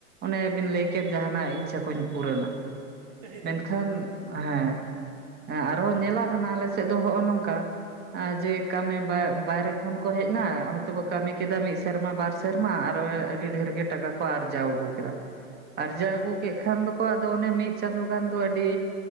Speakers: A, on the right (about 25°); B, on the right (about 65°).
A: ᱚᱱᱮ ᱵᱤᱱ ᱞᱟᱹᱭ ᱠᱮᱫ ᱡᱟᱦᱟᱸᱱᱟᱜ ᱤᱪᱪᱷᱟᱹ ᱠᱚᱧ ᱯᱩᱨᱟᱹᱱᱟ ᱾
B: ᱪᱟᱹᱦᱤᱫᱟ
A: ᱢᱮᱱᱠᱷᱟᱱ
B: ᱯᱩᱨᱚᱱ ᱦᱮᱸ
A: ᱦᱮᱸ ᱟᱨᱦᱚ ᱧᱮᱞᱟ ᱟᱞᱮ ᱥᱮᱫ ᱫᱚ ᱦᱚᱜᱼᱚᱭ ᱱᱚᱝᱠᱟ ᱡᱮ ᱠᱟᱹᱢᱤ ᱵᱟᱭᱨᱮ ᱠᱷᱚᱱ ᱠᱚ ᱦᱮᱡ ᱮᱱᱟ ᱦᱚᱭ ᱛᱚ ᱠᱚ ᱠᱟᱹᱢᱤ ᱠᱮᱫᱟ ᱢᱤᱫ ᱥᱮᱨᱢᱟ ᱵᱟᱨ ᱥᱮᱨ ᱥᱮᱨᱢᱟ ᱟᱨ ᱟᱹᱰᱤ ᱰᱷᱮᱨ ᱜᱮ ᱴᱟᱠᱟ ᱠᱚ ᱟᱨᱡᱟᱣ ᱟᱹᱜᱩ ᱠᱮᱫᱟ ᱾
B: ᱦᱮᱸ
A: ᱟᱨᱡᱟᱣ ᱟᱹᱜᱩ ᱠᱮ ᱠᱷᱟᱱ ᱫᱚ ᱟᱫᱚ ᱚᱱᱮ ᱢᱤᱫ ᱪᱟᱸᱫᱚ ᱜᱟᱱ ᱫᱚ ᱟᱹᱰᱤ